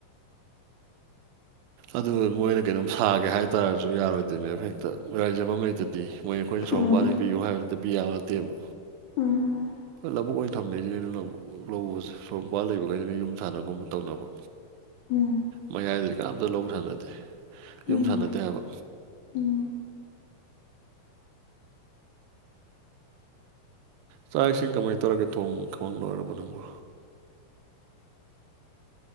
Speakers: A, on the right; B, on the left.
A: ꯑꯗꯨ ꯃꯣꯏꯅ ꯀꯩꯅꯣꯝ ꯁꯥꯒꯦ ꯍꯥꯏꯇꯥꯔꯁꯨ ꯌꯥꯔꯣꯏꯗꯣꯏꯅꯦ ꯃꯦ ꯍꯦꯛꯇ <unintelligible> ꯂꯩꯩꯇꯗꯤ ꯃꯣꯏ ꯑꯩꯈꯣꯏꯅ ꯁꯣꯔꯣꯛ
B: ꯎꯝ
A: ꯃꯄꯥꯟ ꯄꯤꯌꯨ ꯍꯥꯏꯕꯗꯨꯗꯇ ꯄꯤ ꯌꯥꯕ ꯅꯠꯇꯦꯕ
B: ꯎꯝ
A: ꯂꯕꯨ ꯑꯣꯏ ꯊꯝꯅꯩꯖꯤꯅꯦ ꯑꯗꯨꯅ ꯂꯧꯕꯁꯦ ꯁꯣꯔꯣꯛ ꯃꯄꯥꯟ ꯂꯩꯕꯈꯩꯁꯤꯅ ꯌꯨꯝ ꯁꯥꯟꯅꯕꯒꯨꯝꯕ ꯇꯧꯅꯕ
B: ꯎꯝ
A: ꯃꯌꯥꯏꯗꯗꯤ ꯀꯅꯥꯝꯇ ꯂꯧꯕ ꯁꯥꯟꯅꯗꯦ ꯌꯨꯝ
B: ꯎꯝ
A: ꯁꯥꯟꯅꯗꯦ ꯍꯥꯏꯕ
B: ꯎꯝ
A: ꯆꯥꯛ ꯏꯁꯤꯡ ꯀꯃꯥꯏꯅ ꯇꯧꯔꯒꯦ ꯊꯣꯡ ꯊꯣꯡ ꯂꯣꯏꯔꯕ ꯅꯪꯕꯣ